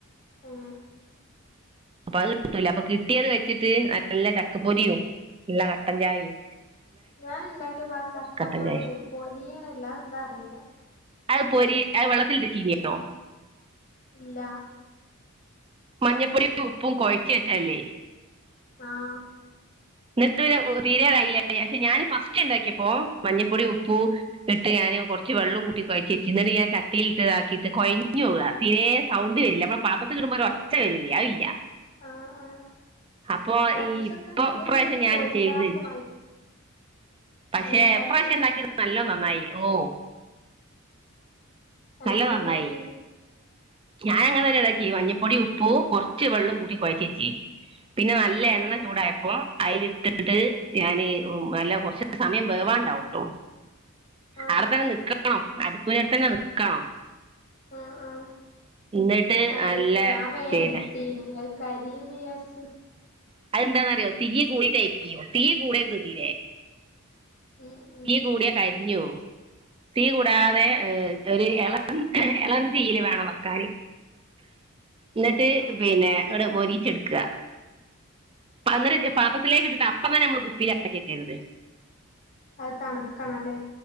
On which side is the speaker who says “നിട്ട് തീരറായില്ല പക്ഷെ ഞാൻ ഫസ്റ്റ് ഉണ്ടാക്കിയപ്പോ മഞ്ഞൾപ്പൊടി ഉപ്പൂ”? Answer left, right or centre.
Right